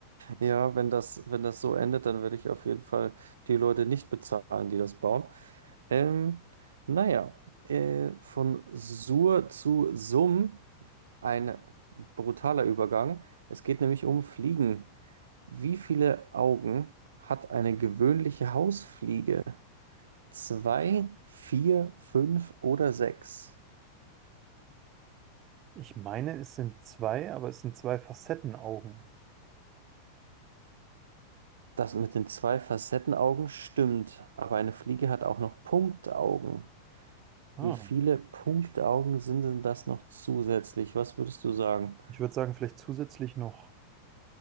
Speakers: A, on the right; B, on the right.
A: Ja, wenn das, wenn das so endet, dann werde ich auf jeden Fall die Leute nicht bezahlen, die das bauen. Ähm, naja, äh, von Sur zu Sum ein brutaler Übergang. Es geht nämlich um Fliegen. Wie viele Augen hat eine gewöhnliche Hausfliege? Zwei, vier, fünf oder sechs?
B: Ich meine, es sind zwei, aber es sind zwei Facettenaugen.
A: Das mit den zwei Facettenaugen stimmt, aber eine Fliege hat auch noch Punktaugen.
B: Ah.
A: Wie viele Punktaugen sind denn das noch zusätzlich? Was würdest du sagen?
B: Ich würde sagen, vielleicht zusätzlich noch